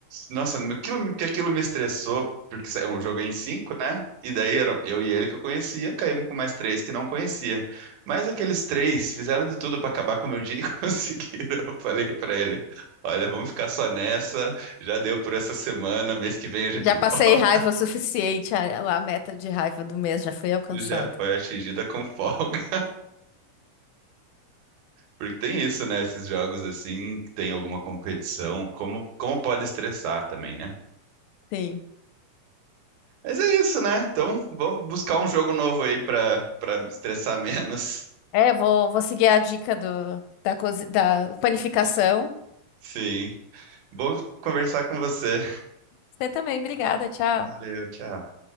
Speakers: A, on the right; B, on the left.
A: Nossa, aquilo, que aquilo me estressou, porque é um jogo em cinco, né? E daí eram eu e ele que eu conhecia, caímos com mais três que não conhecia. Mas aqueles três fizeram de tudo pra acabar com o meu dia e <laughs> conseguiram. Eu falei pra ele: Olha, vamos ficar só nessa, já deu por essa semana, mês que vem a gente
B: Já
A: volta.
B: passei raiva
A: <laughs>
B: o suficiente, a, a meta de raiva do mês já foi alcançada.
A: Já foi atingida com folga. Porque tem isso, né? Esses jogos assim, que tem alguma competição, como, como pode estressar também, né?
B: Sim.
A: Mas é isso, né? Então, vamos buscar um jogo novo aí pra para estressar <laughs> menos.
B: É, vou, vou seguir a dica do, da, cozi- da panificação.
A: Sim. Bom conversar com você.
B: Você também, obrigada, tchau.
A: Valeu, tchau.